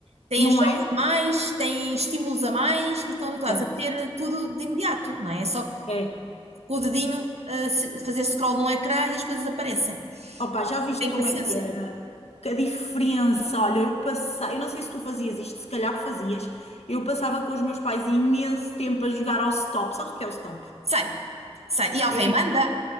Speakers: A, on the right (about 75°); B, on the left (about 75°).
A: tem
B: não
A: jogos
B: é?
A: a mais, tem estímulos a mais e estão habituados
B: Certo.
A: a ter tudo de imediato, não é? É só
B: É.
A: com o dedinho ah, se- fazer scroll no ecrã e as coisas aparecem.
B: Opa, já viste
A: Tem
B: como
A: paciência.
B: é que era? Que a diferença, olha, eu passei, eu não sei se tu fazias isto, se calhar fazias, eu passava com os meus pais imenso tempo a jogar ao stop. Sabes o que é o stop?
A: Sai, sai. E ao
B: Eu,
A: rei manda,